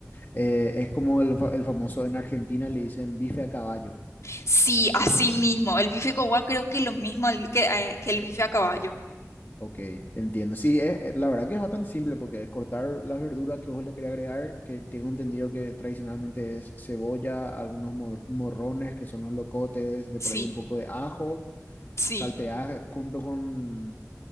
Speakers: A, on the left; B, on the left.
A: Eh, es como el, fa- el famoso en Argentina le dicen bife a caballo.
B: Sí, así mismo. El bife quechua creo que es lo mismo al que, eh, que el bife a caballo.
A: Ok, entiendo. Sí, es- es- la verdad que es bastante simple porque es cortar las verduras que vos le querés agregar, que tengo entendido que tradicionalmente es cebolla, algunos mor- morrones que son los locotes, de
B: Sí,
A: por ahí un poco de ajo,
B: sí,
A: saltear junto con,